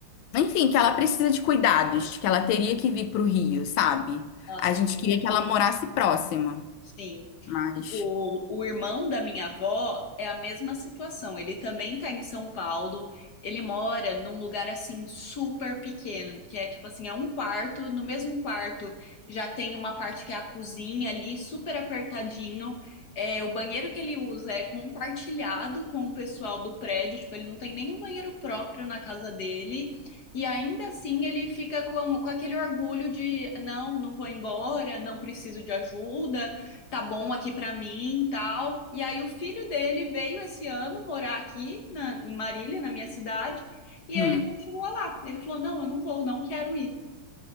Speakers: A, on the left; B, on the left.
A: enfim, que ela precisa de cuidados, que ela teria que vir para o Rio, sabe?
B: Nossa,
A: A gente
B: isso
A: queria
B: é bom.
A: que ela morasse próxima,
B: Sim.
A: mas,
B: O, o irmão da minha avó é a mesma situação. Ele também tá em São Paulo. Ele mora num lugar assim super pequeno, que é tipo assim, é um quarto. No mesmo quarto já tem uma parte que é a cozinha ali, super apertadinho. É, o banheiro que ele usa é compartilhado com o pessoal do prédio. Tipo, ele não tem nenhum banheiro próprio na casa dele. E ainda assim ele fica com, com aquele orgulho de não, não vou embora, não preciso de ajuda tá bom aqui pra mim, e tal. E aí o filho dele veio esse ano morar aqui na- em Marília, na minha cidade, e
A: hum,
B: ele continua lá. Ele falou: "Não, eu não vou, não quero ir",